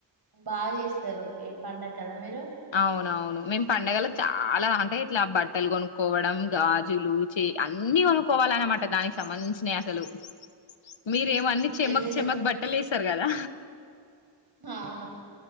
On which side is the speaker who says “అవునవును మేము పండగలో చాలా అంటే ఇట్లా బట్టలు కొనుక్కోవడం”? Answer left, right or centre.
Left